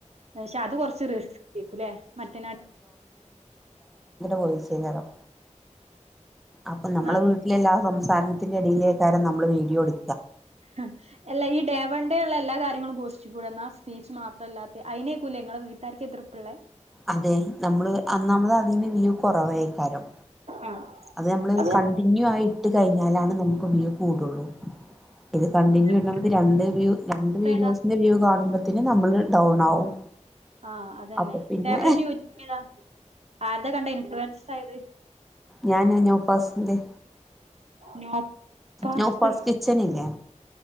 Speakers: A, on the right (about 60°); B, in the centre.
A: പഷേ അത് കൊറച്ച് റിസ്ക്കെക്കുലെ മറ്റെ <unintelligible>
B: വോയിസെക്കാരം അപ്പൊ നമ്മളെ
A: നന്ന
B: വീട്ടില എല്ലാ <unintelligible> ത്താനത്തിൻ്റെ എടെലെക്കാരം നമ്മൾ വീഡിയോ എടു
A: <inaudible> എല്ല ഈ ഡേ വൺ ഡേ ള്ള എല്ലാ കര്യ പോസ്റ്റിക്കൂടെന്നാ സ്പീച്ച് മാത്രല്ലാതെ അയ്നേക്കുംല്ലെ ഇങ്ങളെ വീട്ടാർക്ക് എതിർപ്പ്‌ള്ളേ.
B: അതെ നമ്മള് അന്നാമത് അതിന്ന് വ്യൂ കുറവേക്കാരം.
A: ആഹ്
B: അത് നമ്മളൊരു
A: അതെ
B: കണ്ടിന്യൂ ആയി ഇട്ട് കഴിഞ്ഞാലാണ് നമുക്ക് വ്യൂ കൂടോള്ളു. ഇത് കണ്ടിന്യൂ
A: അഭിപ്രായം
B: വ്യൂ രണ്ട് വീഡിയോസിന്റെ
A: ഏതാ
B: വ്യൂ കാണുമ്പോ ത്തിന് നമ്മള് ഡൗൺ ആവും.
A: ആ അതന്നെ
B: അപ്പൊ പിന്നെ
A: ഫേവററ്റ് യൂട്യൂബറേന്താ ആരത കണ്ട ഇൻഫ്ലുവൻസ് ആയത്?
B: ഞാന് <unintelligible> പാസ്സിന്റെ.
A: നോ <unintelligible>
B: നൗഫാസ്
A: ല്ലെ
B: കിച്ചൻ ഇല്ലേ